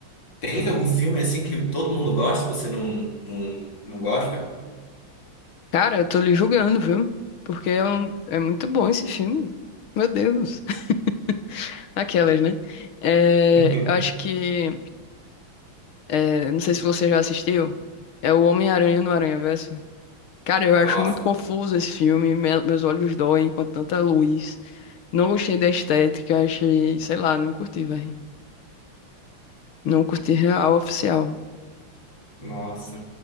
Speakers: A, on the left (about 60°); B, on the left (about 80°).
A: Tem algum filme assim que todo mundo gosta, e você não, não, não gosta?
B: Cara, eu tô lhe julgando, viu? Porque é, um- é muito bom esse filme. Meu Deus. <laughs> Aquelas, né? É,
A: <laughs>
B: eu acho que. é, não sei se você já assistiu. É o Homem-Aranha no Aranhaverso. Cara, eu acho
A: Nossa.
B: muito confuso esse filme. me- meus olhos doem com tanta luz. Não gostei da estética. Achei. Sei lá, não curti, velho. Não curti real, oficial.
A: Nossa,